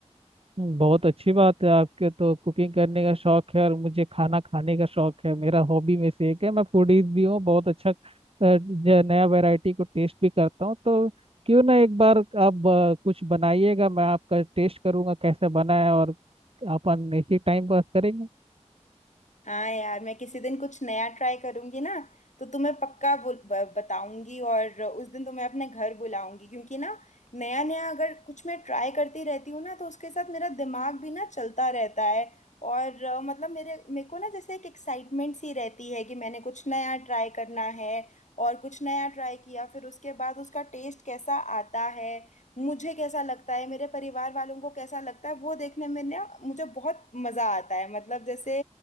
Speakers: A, on the right (about 50°); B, on the left (about 80°).
A: बहुत अच्छी बात है आपके तो कुकिंग करने का शौक है और मुझे खाना खाने का शौक है मेरा हॉबी में से एक है मैं फूडीज भी हूँ बहुत अच्छा अ, जो नया वैरायटी को टेस्ट भी करता हूँ तो क्यों ना एक बार आप अ, कुछ बनाइएगा मैं आपका टेस्ट करूँगा कैसे बना है और अपन इसी टाइम पास करेंगे
B: हाँ यार मैं किसी दिन कुछ नया ट्राई करूंगी ना तो तुम्हें पक्का बुल- ब- बताऊंगी और उस दिन तुम्हें अपने घर बुलाऊंगी क्योंकि ना नया नया अगर कुछ मैं ट्राई करती रहती हूँ ना तो उसके साथ मेरा दिमाग भी ना चलता रहता है और अ, मतलब मेरे मेरे को ना जैसे एक एक्साइटमेंट सी रहती है कि मैंने कुछ नया ट्राई करना है और कुछ नया ट्राई किया फिर उसके बाद उसका टेस्ट कैसा आता है मुझे कैसा लगता है मेरे परिवार वालों को कैसा लगता है वो देखने में ना मुझे बहुत मज़ा आता है मतलब जैसे